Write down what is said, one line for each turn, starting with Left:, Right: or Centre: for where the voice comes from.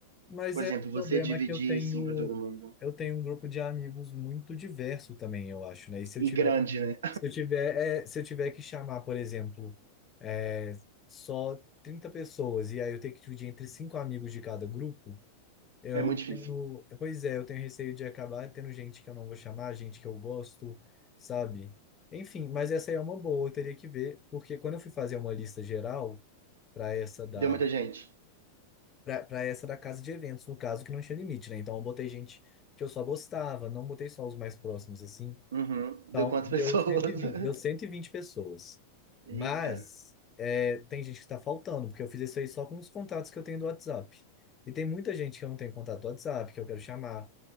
Left: Mas
Right: Por
Left: é,
Right: exemplo,
Left: o problema
Right: você dividir
Left: é que eu tenho
Right: assim pra todo mundo.
Left: eu tenho um grupo de amigos muito diverso também, eu acho, né? E se
Right: E
Left: eu tiver
Right: grande, né?
Left: Se eu tiver, é, se eu tiver que chamar, por exemplo, é, só 30 pessoas e aí eu tenho que dividir entre cinco amigos de cada grupo,
Right: <laughs>
Left: eu
Right: É muito difícil.
Left: tenho, pois é, eu tenho receio de acabar tendo gente que eu não vou chamar, gente que eu gosto, sabe? Enfim, mas essa aí é uma boa, eu teria que ver, porque quando eu fui fazer uma lista geral para essa da
Right: Deu muita gente.
Left: para essa da casa de eventos, no caso que não tinha limite, né? Então eu botei gente que eu só gostava, não botei só os mais próximos assim.
Right: Uhum. Deu
Left: Então,
Right: quantas pessoas?
Left: deu 120,
Right: <laughs>
Left: deu 120 pessoas. Mas
Right: Eita.
Left: é, tem gente que está faltando, porque eu fiz isso aí só com os contatos que eu tenho do WhatsApp. E tem muita gente que eu não tenho contato do WhatsApp, que eu quero chamar.